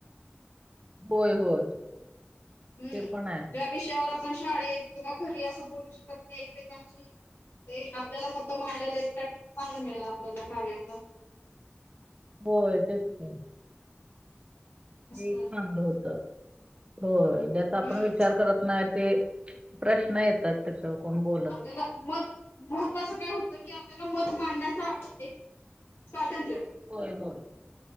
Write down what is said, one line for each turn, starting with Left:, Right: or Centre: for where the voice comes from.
Right: होय, होय.
Left: हम्म,
Right: ते पण आहे
Left: ज्या विषयावर आपण शाळेत किंवा घरी असं बोलू शकत नाय एकमेकांशी ते आपल्याला मत मांडायला एक प्लॅटफॉर्म चांगला मिळाल आपल्याला कार्याच
Right: होय. तेच की
Left: असं
Right: हे एक
Left: झालं
Right: चांगलं होत. होय ज्याचा आपण
Left: हम्म
Right: विचार करत नाईत ते प्रश्न येतात. त्याच्यावर कोण बोल
Left: आपल्याला मत महत्त्वाचं काय होतं की, आपल्याला मत मांडण्याचा एक स्वातंत्र्य
Right: होय, होय,